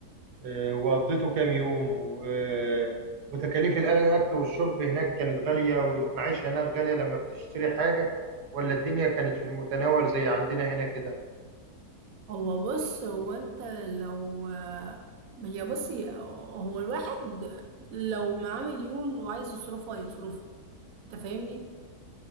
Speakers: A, on the right (about 85°); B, on the right (about 65°).
A: آه، وقضيته كام يوم؟ و- وتكاليف الأكل والشرب هناك كانت غالية والمعيشة هناك غالية لما بتشتري حاجة ولا الدنيا كانت في المتناول زي عندنا هنا كده؟
B: هو بص هو أنت لو يا بصي هو الواحد لو معاه مليون وعايز يصرفها هيصرفها أنت فاهمني؟